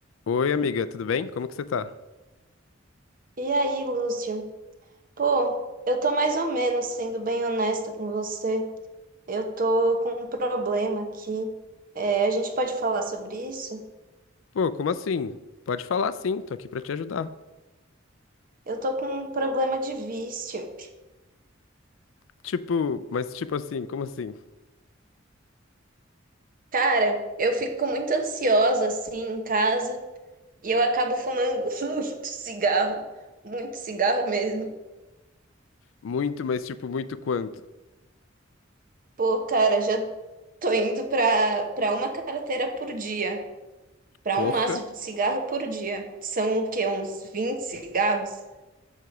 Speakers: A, on the left; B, on the right.
A: Oi, amiga, tudo bem? Como que você tá?
B: E aí, Lúcio? Pô, eu tô mais ou menos sendo bem honesta com você. Eu tô com um problema aqui. É, a gente pode falar sobre isso?
A: Pô, como assim? Pode falar sim, tô aqui pra te ajudar.
B: Eu tô com um problema de vício.
A: Tipo, mas tipo assim, como assim?
B: Cara, eu fico muito ansiosa assim em casa e eu acabo fumando <laughs> muito cigarro, muito cigarro mesmo.
A: Muito, mas tipo, muito quanto?
B: Pô, cara, já tô indo pra, pra uma carteira por dia, pra
A: Porra,
B: um maço de cigarro por dia. São o quê? Uns 20 cigarros?